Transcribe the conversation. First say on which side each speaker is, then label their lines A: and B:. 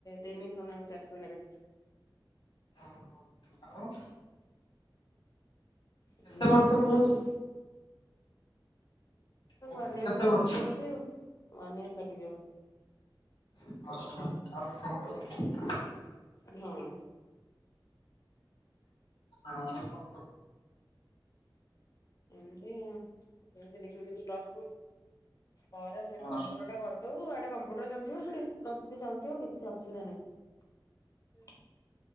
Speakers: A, on the left; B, on the left.
A: ତିନିଶହ, ନା ଚାରିଶହ ନେବେ।
B: ଓହୋ, ଆଉ କେତେ
A: ଏମିତି
B: ବର୍ଷ
A: ଆଉ
B: କୋଉଠି
A: <unintelligible>
B: କୋଉଠି
A: ୱାନ୍
B: କେତେ
A: ଇୟର୍ ଲାଗିଯିବ
B: ବର୍ଷ?
A: ବୋଧେ ଆଉ, ୱାନ୍ ଇୟର୍ ଲାଗିଯିବ।
B: <unintelligible> <unintelligible>
A: ହଁ।
B: ଆଉ କଣ?
A: ଏମତି ଆଉ, ସେଇଠି ଦେଖିବି ଯଦି ପ୍ଲସ୍ ଟୁ, ପରେ ସେଠି
B: ହଁ
A: କମ୍ପୁଟର ଟା କର୍ <unintelligible> ୟେଡେ କମ୍ପ୍ୟୁଟର ଚାଲିଥିବ, ସିଆଡ଼େ ପ୍ଲସ ଥ୍ରି ଚାଲିଥିବ <unintelligible> କିଛି ଅସୁବିଧା ନାହିଁ।